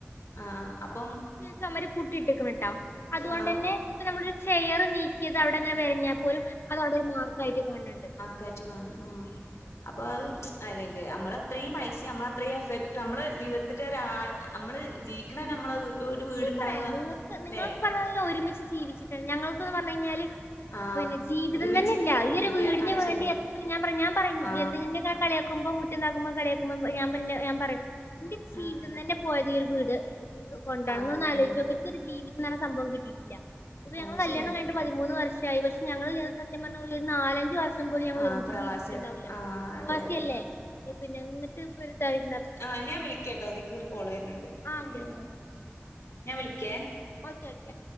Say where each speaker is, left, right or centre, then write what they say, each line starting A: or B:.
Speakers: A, on the left (about 80°); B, on the left (about 60°).
A: ആഹ് അപ്പം
B: ചൊമര് പുട്ടി ഇട്ട് ക്ക്ണ് ട്ടോ അതുകൊണ്ടെന്നെ
A: ആഹ്
B: ഇപ്പ നമ്മളൊരു ചെയറ് നീ ക്കിയത് അവടെങ്ങനെ വെരഞ്ഞാ പോലും അത് അവിടൊരു മാർക്കായിട്ട് കാൺണ് ണ്ട്
A: കേച്ച് കാണും. ആഹ് അപ്പം അത് അല്ല അമ്മളത്രീം പൈസിം അമ്മളത്രിം എഫേർട്ട് ട്ത്തും അമ്മളെ ജീവിതത്തിന്റെ ഒരാ അമ്മള് ജീവിക്കണെന്നെ അമ്മളെ ഒരു വീടുണ്ടാവ
B: സത്യം പറയാ നിങ്ങൾക്ക് നിങ്ങളൊക്കെ
A: ല്ലെ
B: പറഞ്ഞ ഒരുമിച്ച് ജീവിച്ചിട്ടുണ്ട് ഞങ്ങക്ക്ന്ന് പറഞ്ഞഞ് കഴിഞ്ഞാല്
A: ആ
B: പിന്നെ ജീവിതം
A: ഒരുമിച്ച്
B: തന്നെ ഇല്ല ഈ ഒരു
A: ഇല്ല
B: വീടിന്
A: അത്
B: വേണ്ടി
A: ശരി
B: എത്ര ഞാൻ ഞാൻ പറിം
A: ആ
B: ഇന്നെക്കാട്ടിം കളിയാക്കുമ്പം മുറ്റണ്ടാക്കുമ്പം കളിയാക്കുമ്പം ഞാൻ പറിം ഇന്റെ ജീവിതം
A: ആ
B: തന്നെ പോയത് പുതിയൊരു വീട് കൊണ്ടാണ്
A: ആ
B: ങ്ങളൊന്ന്
A: അതെ
B: ആലോയ്ച് നോക്കി ഇൻക്കൊരു ജീവിതന്നർഞ്ഞ സംഭവം കിട്ടിയിട്ടില്ല ഇപ്പം
A: ആ
B: ഞങ്ങളെ കല്യാണം
A: ശരിയാ
B: കയ്ഞ്ഞിട്ട് പതിമൂന്ന് വർഷായി പക്ഷെ ഞങ്ങളെ ജീവിതം സത്യം പറഞ്ഞ ഒരു നാലഞ്ച് വർഷം വർഷം പോലും ഞങ്ങൾ
A: ആ
B: ഒരുമിച്ച്
A: പ്രവാസികൾ
B: ജീവിച്ചിട്ടുണ്ടാവില്ല
A: ആ അതെ
B: പ്രവാസിയല്ലേ
A: അതെ
B: പിന്നെ ഇന്നട്ട്പ്പം ഒര് തായിരുന്ന
A: ആഹ് ഞാൻ വിളിക്കാട്ടോ ഇതിയ്ക്ക് ഒരു കോൾ വർണ് ണ്ട്
B: ആ ഓക്കെ
A: അയ്യോ ഞാൻ വിളിക്കേ
B: ഓക്കെ ഓക്കെ